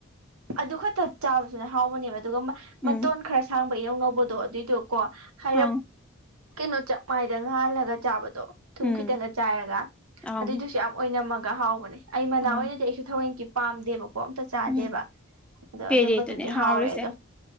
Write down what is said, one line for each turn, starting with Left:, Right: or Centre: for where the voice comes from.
Right: ꯑꯗꯨ ꯈꯛꯇ ꯆꯥꯕꯁꯨꯅꯦ ꯍꯥꯎꯕꯅꯦꯕ ꯑꯗꯨꯒ ꯃꯇꯣꯟ
Centre: ꯎꯝ
Right: ꯈꯔ ꯑꯥꯡꯕ ꯏꯅꯧ ꯅꯧꯕꯗꯣ ꯑꯗꯨꯏꯗꯨꯣꯀꯣ ꯍꯥꯏꯔꯞ
Centre: ꯑꯪ
Right: ꯀꯩꯅꯣ ꯆꯞ ꯃꯥꯏꯗ ꯉꯥꯜꯂꯒ ꯆꯥꯕꯗꯣ ꯊꯨꯝ
Centre: ꯎꯝ
Right: ꯈꯤꯇꯪꯒ ꯆꯥꯏꯔꯒ
Centre: ꯑꯪ
Right: ꯑꯗꯨꯏꯗꯨꯁꯨ ꯌꯥꯝ ꯑꯣꯏꯅꯝꯃꯒ ꯍꯥꯎꯕꯅꯦ ꯑꯩ ꯃꯅꯥ
Centre: ꯑꯪ
Right: ꯑꯣꯏꯅꯗꯤ ꯑꯩꯁꯨ ꯊꯋꯦꯟꯒꯤ ꯄꯥꯝꯗꯦꯕꯣ ꯀꯣꯛ ꯑꯝꯇ ꯆꯥꯗꯦꯕ
Centre: ꯎꯝ
Right: ꯑꯗꯣ
Centre: ꯄꯦꯔꯦꯗꯨꯅꯦ
Right: ꯑꯗꯨꯝꯕꯗꯨꯗꯤ
Centre: ꯍꯥꯎꯔꯤꯁꯦ
Right: ꯍꯥꯎꯋꯦ ꯑꯗꯣ